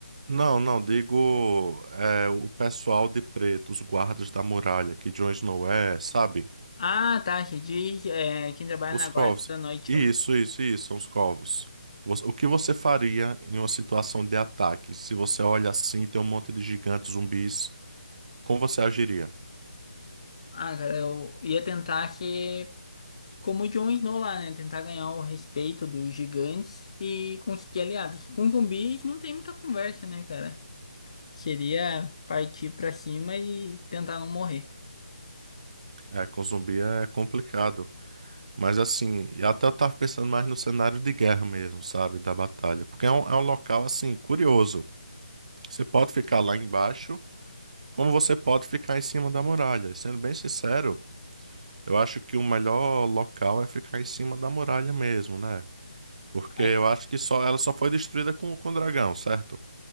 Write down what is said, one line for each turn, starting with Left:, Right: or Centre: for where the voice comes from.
Right: Não, não, digo, eh, o pessoal de preto, os guardas da muralha, que Jon Snow é, sabe?
Left: Ah, tá. Você diz é, quem trabalha
Right: Os
Left: na
Right: covos.
Left: guarda da noite
Right: Isso,
Left: lá.
Right: isso, isso, são os covos. Você- O que você faria em uma situação de ataque? Se você olha assim e tem um monte de gigantes, zumbis, como você agiria?
Left: Ah, cara, eu ia tentar ser como o Jon Snow lá, né? Tentar ganhar o respeito dos gigantes e conseguir aliados. Com zumbis não tem muita conversa, né, cara? Seria partir pra cima e tentar não morrer.
Right: É, com zumbi é complicado. Mas assim, e até eu tava pensando mais no cenário de guerra mesmo, sabe? Da batalha. Porque é um, é um local, assim, curioso. Você pode ficar lá embaixo, como você pode ficar em cima da muralha. E sendo bem sincero, eu acho que o melhor local é ficar em cima da muralha mesmo, né? Porque
Left: Ah,
Right: eu acho que só ela só foi destruída com com o dragão, certo?